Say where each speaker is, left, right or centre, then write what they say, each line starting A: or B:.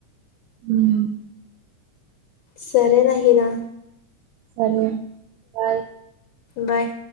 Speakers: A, on the right; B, on the left.
A: మ్మ్
B: సరేనా హీనా
A: సరే బాయ్
B: బాయ్